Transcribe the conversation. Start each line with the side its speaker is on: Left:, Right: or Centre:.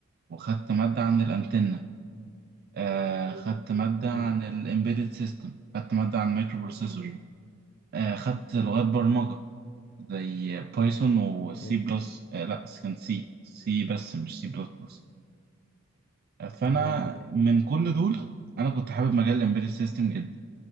Right: وخدت مادة عن الأنتنة آه خدت مادة
Left: مم.
Right: عن الإمبيدد سيستم خدت مادة عن المايكرو بروسيسور آه خدت لغات برمجة زي بايثون وسي
Left: اوكي
Right: بلس آه لا كان سي سي بس مش سي بلس بلس آه فأنا
Left: تمام
Right: من كل دول أنا كنت حابب مجال الإمبيدد سيستم جدا